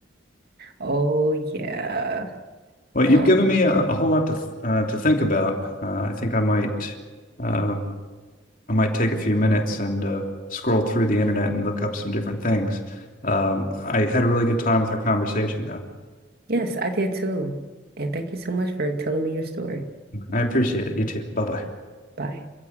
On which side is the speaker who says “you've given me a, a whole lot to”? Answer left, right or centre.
Left